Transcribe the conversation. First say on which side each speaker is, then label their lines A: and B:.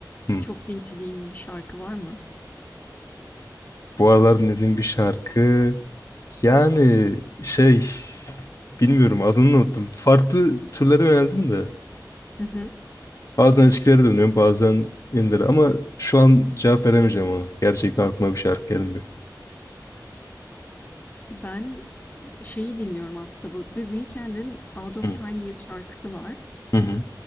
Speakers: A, on the left; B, on the left.
A: Hmm.
B: çok dinlediğin bir şarkı var mı?
A: Bu aralar dinlediğim bir şarkı yani şey bilmiyorum adını unuttum. Farklı türlere yöneldim de.
B: Hı hı.
A: Bazen eskilere dönüyorum, bazen yenilere ama şu an cevap veremeyeceğim ona. Gerçekten aklıma bir şarkı gelmiyor.
B: Ben şeyi dinliyorum aslında bu The Weeknd'in Out of
A: Hı
B: Time diye bir şarkısı var.
A: hı. hı.